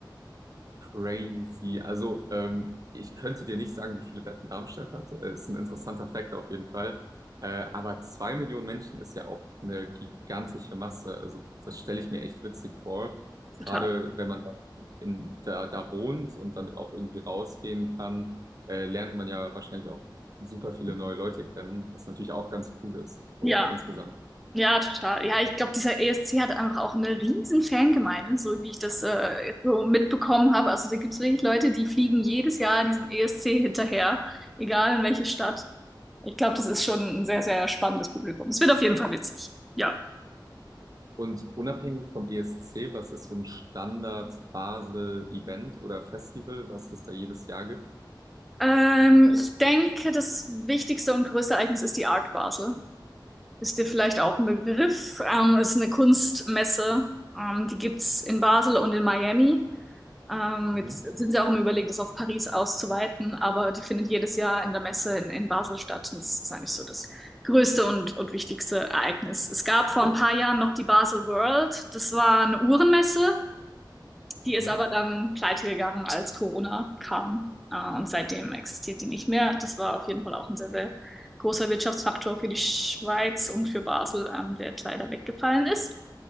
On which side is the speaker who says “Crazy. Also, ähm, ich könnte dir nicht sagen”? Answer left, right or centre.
Right